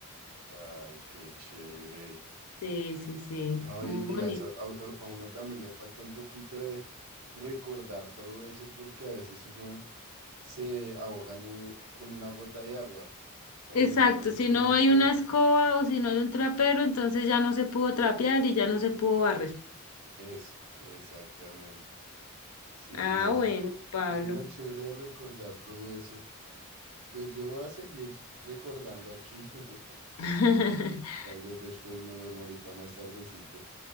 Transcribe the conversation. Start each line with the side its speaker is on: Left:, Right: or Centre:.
Right: Ay, qué chévere.
Left: Sí, sí, sí,
Right: No,
Left: muy
Right: y, y
Left: bonito.
Right: a eso a, u- a uno también le falta un poquito de recordar todo eso porque a veces uno se ahoga en u- con una gota de agua, sabiendo
Left: Exacto,
Right: que,
Left: si
Right: por
Left: no
Right: ejemplo,
Left: hay una
Right: ellos-
Left: escoba o si no hay un trapero, entonces ya no se pudo trapear y ya no se pudo barrer.
Right: eso, exactamente. Sí,
Left: Ah,
Right: no,
Left: bueno,
Right: eso,
Left: Pablo.
Right: eso es lo chévere de recordar todo eso. Pues yo voy a seguir recordando aquí. <laughs>
Left: <laughs>
Right: Eh, tal vez después me duermo ahorita más tardecito,